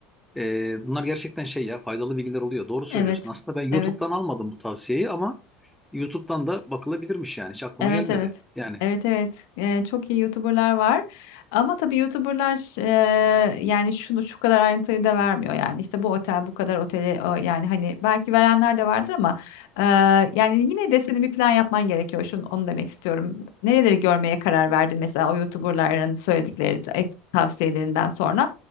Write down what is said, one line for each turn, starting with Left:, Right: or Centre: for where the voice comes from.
Centre: Ee, bunlar gerçekten şey ya faydalı bilgiler oluyor. Doğru söylüyorsun.
Left: Evet.
Centre: Aslında ben YouTube'dan
Left: Evet.
Centre: almadım bu tavsiyeyi ama YouTube'dan da bakılabilirmiş yani. Hiç aklıma
Left: Evet
Centre: gelmedi.
Left: evet.
Centre: Yani
Left: Evet evet. Ee, çok iyi YouTuber'lar var. Ama tabii YouTuber'lar ş- e, yani şunu şu kadar ayrıntıyı da vermiyor yani. İşte bu otel bu kadar oteli o- yani hani belki verenler de vardır ama e, yani yine de senin bir plan yapman gerekiyor. Şunu onu demek istiyorum. Nereleri görmeye karar verdin mesela o YouTuber'ların söyledikleri ta- et- tavsiyelerinden sonra.